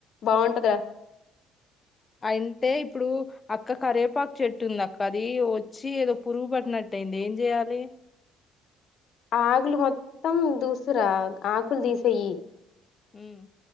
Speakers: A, on the left; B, on the left.
A: బాగుంటంది రా
B: అంటే ఇప్పుడు అక్క కరేపాకు చెట్టు ఉంది అక్క, అది వచ్చి ఏదో పురుగు పట్టినట్టు అయింది ఏం చెయాలి?
A: ఆకులు మొత్తం దూసురా, ఆకులు తీసేయి.
B: హ్మ్